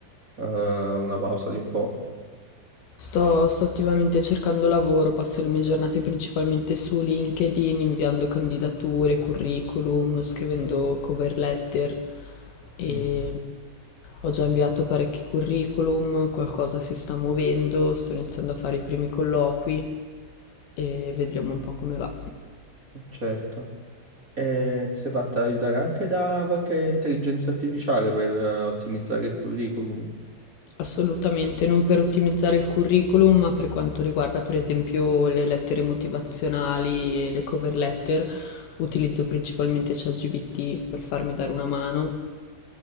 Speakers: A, on the right; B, on the left.
A: eh, una pausa di un po'?
B: Sto, sto attivamente cercando lavoro, passo le mie giornate principalmente su LinkedIn, inviando candidature, curriculum, scrivendo cover letter e
A: Mm,
B: ho già inviato parecchi curriculum, qualcosa si sta muovendo, sto iniziando a fare i primi colloqui e vedremo un po' come va.
A: certo. E ti sei fatta aiutare anche da qualche intelligenza artificiale per eh, ottimizzare il curriculum?
B: Assolutamente, non per ottimizzare il curriculum, ma per quanto riguarda per esempio le lettere motivazionali e le cover letter, utilizzo principalmente ChatGPT per farmi dare una mano.